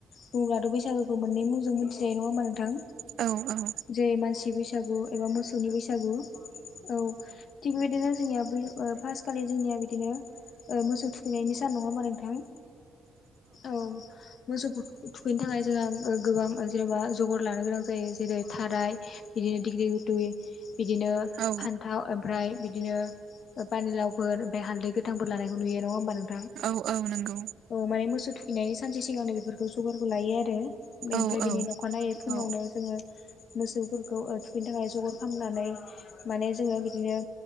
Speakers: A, on the left; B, on the right.
A: बुङोब्लाथ' बैसागोखौ मोननै मुंजों मिथिनाय, नङा होमबा नोंथां?
B: औ औ।
A: जे मानसि बैसागु एबा मोसौनि बैसागु औ। थिग बेदिनो जोंनिया बै फास्ट खालि जोंनिया बिदिनो मोसौ थुखैनायनि सान नङा होनबा नोंथां? औ। मोसौ थुखैनो थाखाय जोंहा गोबां जेन'बा जगार लानो गोनां जायो जेरै थाराय बिदिनो दिग्लिगुथुइ बिदिनो
B: औ
A: फान्थाव ओमफ्राय बिदिनो पानिलावफोर ओमफ्राय हालदै गोथांफोर लानायखौ नुयो नङा हबा नों
B: औ औ नंगौ।
A: औ माने मोसौ थुखैनायनि सानसे सिगांनो बेफोरखौ जगारखौ लायो आरो। बेनिफ्राय
B: औ
A: बिनि
B: औ
A: अखानायै फुङावनो
B: औ
A: जोङो मोसौफोरखौ थुखैनो थाखाय जगर खामनानै माने जोङो बिदिनो